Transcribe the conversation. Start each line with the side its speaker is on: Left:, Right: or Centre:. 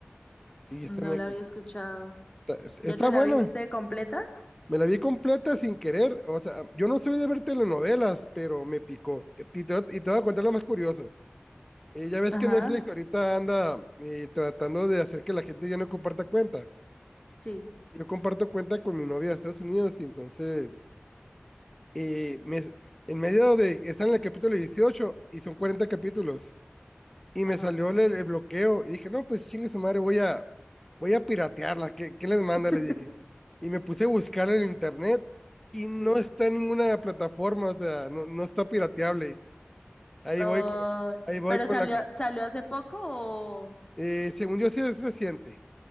Centre: Y está
Left: No
Centre: en Netflix.
Left: la había escuchado.
Centre: Está,
Left: ¿Ya
Centre: está
Left: te la
Centre: buena.
Left: viste completa?
Centre: Me la vi completa sin querer. O sea, yo no soy de ver telenovelas, pero me picó. Y te, voy a- y te voy a contar lo más curioso. Eh, ya ves
Left: Ajá,
Centre: que Netflix ahorita anda eh, tratando de hacer que la gente ya no comparta cuenta.
Left: sí.
Centre: Yo comparto cuenta con mi novia de Estados Unidos y entonces eh, me- en medio de, está en el capítulo 18 y son 40 capítulos y
Left: Ajá.
Centre: me salió el, el bloqueo y dije, no, pues chingue su madre, voy a, voy a piratearla. ¿Qué, qué les manda?
Left: <laughs>
Centre: Le dije. Y me puse a buscar en internet y no
Left: Sí.
Centre: está en ninguna plataforma, o sea, no, no está pirateable. Ahí
Left: Oh,
Centre: voy, co- ahí voy
Left: ¿pero
Centre: con
Left: salió,
Centre: la...
Left: salió hace poco o...?
Centre: eh, según yo sí es reciente.